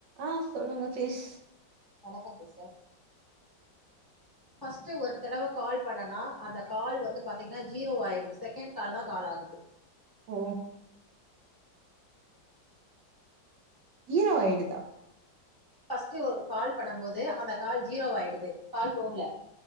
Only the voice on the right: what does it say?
ஆஹ் சொல்லுங்க பீஸ்
ஓ ஜீரோ ஆயிடுதா